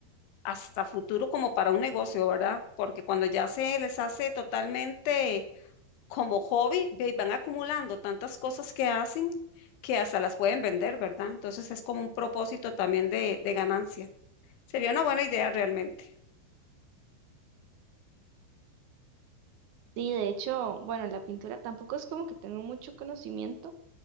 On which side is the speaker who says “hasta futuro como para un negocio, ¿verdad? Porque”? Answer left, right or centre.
Left